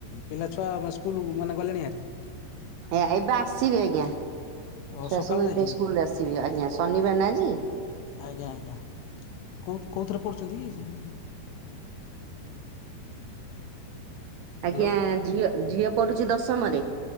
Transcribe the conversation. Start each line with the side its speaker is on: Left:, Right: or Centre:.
Left: ପିଲା ଛୁଆ ସ୍କୁଲ ମାନେ ଗଲେଣି ଭାରି?
Right: ଏ ଏବେ ଆସିବି ଆଜ୍ଞା।
Left: ଓ
Right: ଛୁଆ
Left: ସକାଳୁ
Right: ସବୁ ଏବେ
Left: ଯାଇଛନ୍ତି
Right: ସ୍କୁଲରୁ ଆସିବେ। ଆଜ୍ଞା ଶନିବାର ନା ଆଜି।
Left: ଆଜ୍ଞା ଆଜ୍ଞା କୋଉ କୋଉଥିରେ ପଢୁଚନ୍ତି କି ସେ? ହ୍ୟାଲୋ
Right: ଆଜ୍ଞା ଝିଅ ଝିଅ ପଢୁଚି ଦଶମରେ